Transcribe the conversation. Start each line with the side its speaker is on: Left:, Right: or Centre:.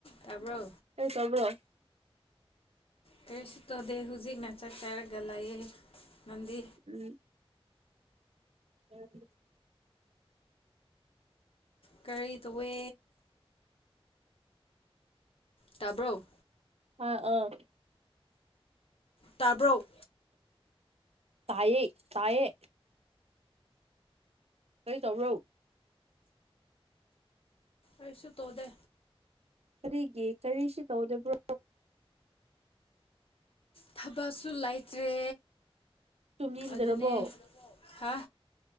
Left: ꯇꯥꯕ꯭ꯔꯣ
Right: ꯑꯩ ꯇꯥꯕ꯭ꯔꯣ
Left: ꯀꯔꯤꯁꯨ ꯇꯧꯗꯦ ꯍꯨꯖꯤꯛꯅ ꯆꯥꯛ ꯆꯥꯔꯒ ꯂꯩꯌꯦ ꯅꯪꯗꯤ
Right: ꯎꯝ <unintelligible>
Left: ꯀꯔꯤ ꯇꯧꯋꯦ ꯇꯥꯕ꯭ꯔꯣ
Right: ꯍꯥꯏ ꯑꯥ
Left: ꯇꯥꯕ꯭ꯔꯣ
Right: ꯇꯥꯏꯌꯦ ꯇꯥꯏꯌꯦ ꯀꯔꯤ ꯇꯧꯕ꯭ꯔꯧ
Left: ꯑꯩꯁꯨ ꯇꯣꯗꯦ
Right: ꯀꯔꯤꯒꯤ ꯀꯔꯤꯁꯨ ꯇꯧꯗꯕ꯭ꯔꯣ
Left: ꯊꯕꯛꯁꯨ ꯂꯩꯇ꯭ꯔꯦ
Right: ꯇꯨꯝꯅꯤꯡꯗ꯭ꯔꯕꯣ
Left: ꯑꯗꯨꯅꯦ ꯍꯥ